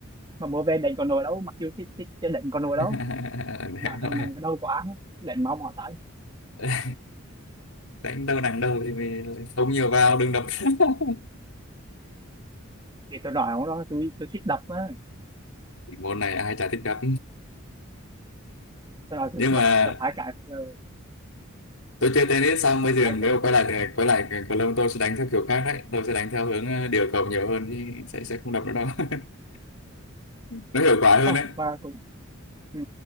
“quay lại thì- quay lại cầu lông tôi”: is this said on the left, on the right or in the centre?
Left